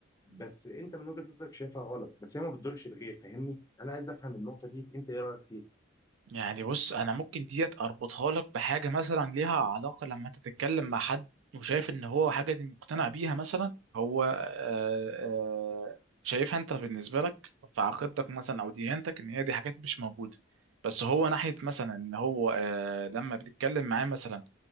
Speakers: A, on the left (about 15°); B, on the right (about 70°).
A: بس انت من وجهه نظرك شايفها غلط بس هي ما بتضرش الغير فاهمني انا عايز افهم النقطه دي انت ايه رايك فيها
B: يعني بص انا ممكن ديت اربطها لك بحاجه مثلا ليها علاقه لما انت تتكلم مع حد وشايف ان هو حاجه دي مقتنع بيها مثلا هو آه، آه، شايفها انت بالنسبه لك في عقيدتك مثلا او ديانتك ان هي دي حاجات مش موجوده بس هو ناحيه مثلا ان هو آه، لما بتتكلم معاه مثلا